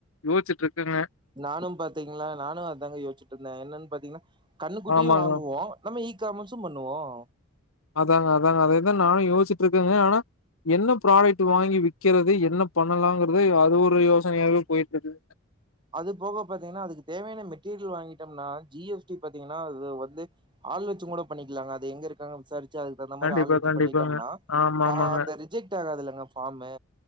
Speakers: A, on the left; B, on the right.
A: யோசிச்சுட்டுருக்கங்க
B: நானு பாத்தீங்னா நானு அதாங்க யோசிட்டு இருந்தேன் என்னன்னு பாத்தீங்கன்னா கண்ணுக்குட்டியும்
A: ஆமாங்க
B: வாங்குவோம் நம்ப இ காமஸும் பண்ணுவோம்
A: அதாங்க அதாங்க அதேதான் நான் யோசிட்டுருக்கேங்க ஆனா என்ன ப்ராடக்ட் வாங்கி விக்கிறது என்ன பண்ணலாகறது அது ஒரு யோசனையாவே போயிட்டு இருக்கு
B: அது போக பாத்தீங்கன்னா அதுக்கு தேவையான மெட்டீரியல் வாங்கிட்டம்னா ஜி எஸ் டி பாத்தீங்கன்னா அது வந்து ஆள் வெச்சுங் கூட பண்ணிக்கலாங்க அது எங்க இருக்காங்க விசாரி வெச்சு அதுக்கு தகுந்த மாரி
A: கண்டிப்பா
B: ஆள் வெச்சு
A: கண்டிப்பாங்க
B: பண்ணிட்டோம்னா
A: ஆமா ஆமாங்க
B: அந்த ரிஜெக்ட் ஆகாதுலங்க ஃபாமு